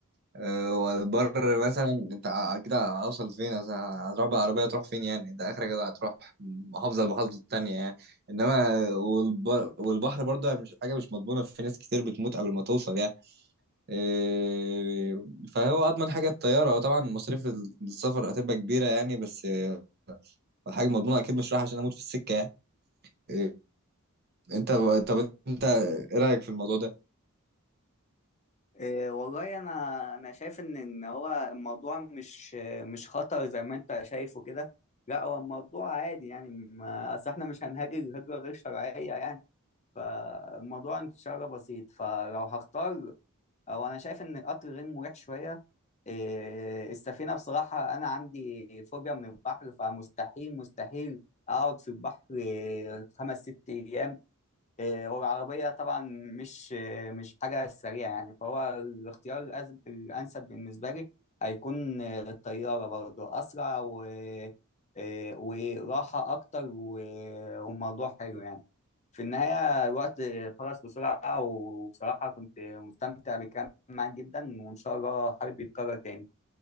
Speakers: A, on the right (about 45°); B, on the left (about 30°).
A: أه، والبر مثلا انت ع- كده هوصل فين مثلا هتروح بالعربية تروح فين يعني انت اخرك كده هتروح محافظة لمحافظة التانية يعني انما والبر والبحر برضه مش حاجة مش مضمونة في ناس كتير بتموت قبل ما توصل يعني أه، فهو اضمن حاجة الطيارة وطبعا مصاريف السفر هتبقى كبيرة يعني بس أه، حاجة مضمونة اكيد مش رايح عشان اموت في السكة يعني أه، انت طب انت ايه رأيك في الموضوع ده
B: إيه والله انا انا شايف ان ان هو الموضوع مش مش خطر زي ما انت شايفه كده لا هو الموضوع عادي يعني ما اصل احنا مش هنهاجر هجره غير شرعيه يعني فالموضوع ان شاء الله بسيط فلو هختار او انا شايف ان القطر غير مريح شويه إيه، السفينه بصراحه انا عندي فوبيا من البحر فمستحيل مستحيل اقعد في البحر إيه، خمس ست ايام إيه، والعربيه طبعا مش إيه، مش حاجه سريعه يعني فهو الاختيار الأز- الانسب بالنسبه لي هيكون إيه، الطياره برضه اسرع و إيه، وراحه اكتر و- وموضوع حلو يعني في النهاية الوقت خلص بسرعة وبصراحة كنت مستمتع بالكلام معاك جدا وإن شاء الله حابب يتكرر تاني